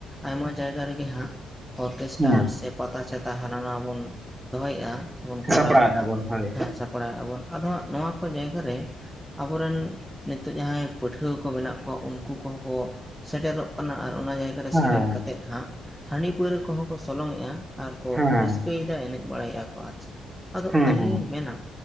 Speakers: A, in the centre; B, on the right.
A: ᱟᱭᱢᱟ ᱡᱟᱭᱜᱟ ᱨᱮᱜᱮ ᱜᱮ ᱦᱟᱸᱜ ᱚᱨᱠᱮᱥᱴᱟᱨ
B: ᱦᱮᱸ
A: ᱥᱮ ᱯᱟᱛᱟ ᱪᱷᱟᱛᱟ ᱦᱟᱱᱟ ᱱᱟᱣᱟ ᱵᱚᱱ ᱫᱚᱦᱚᱭᱮᱜᱼᱟ ᱥᱮᱵᱚᱱ ᱠᱚᱨᱟᱣᱮᱫᱟ
B: ᱥᱟᱯᱲᱟᱣᱮᱫᱼᱟ
A: ᱦᱟᱜ
B: ᱵᱚᱱ ᱦᱳᱭ
A: ᱦᱮᱸ ᱥᱟᱯᱲᱟᱣ ᱟ ᱵᱚᱱ ᱟᱫᱚ ᱦᱟᱸᱜ ᱱᱚᱣᱟ ᱠᱚ ᱡᱟᱭᱜᱟ ᱨᱮ ᱟᱵᱚᱨᱮᱱ ᱱᱤᱛᱚᱜ ᱡᱟᱦᱟᱸᱭ ᱯᱟᱹᱴᱷᱩᱣᱟᱹ ᱠᱚ ᱢᱮᱱᱟᱜ ᱠᱚᱣᱟ ᱩᱱᱠᱩ ᱠᱚᱦᱚᱸ ᱠᱚ ᱥᱮᱴᱮᱨᱚᱜ ᱠᱟᱱᱟ ᱟᱨ ᱚᱱᱟ ᱡᱟᱭᱜᱟ ᱨᱮ
B: ᱦᱮᱸ
A: ᱥᱮᱴᱮᱨ ᱠᱟᱛᱮᱫ ᱦᱟᱜ ᱦᱟᱺᱰᱤ ᱯᱟᱹᱣᱨᱟ ᱠᱚᱦᱚᱸ ᱠᱚ ᱥᱚᱞᱚᱝᱮᱜᱼᱟ ᱟᱨᱠᱚ
B: ᱦᱮᱸ
A: ᱨᱟᱹᱥᱠᱟᱹᱭᱮᱫᱟ ᱮᱱᱮᱡ ᱵᱟᱲᱟᱭᱮᱫᱼᱟ ᱠᱚ ᱟᱨ ᱪᱮᱫ ᱟᱫᱚ
B: ᱦᱮᱸ
A: ᱟᱹᱞᱤᱧ
B: ᱦᱮᱸ
A: ᱞᱤᱧ ᱢᱮᱱᱟ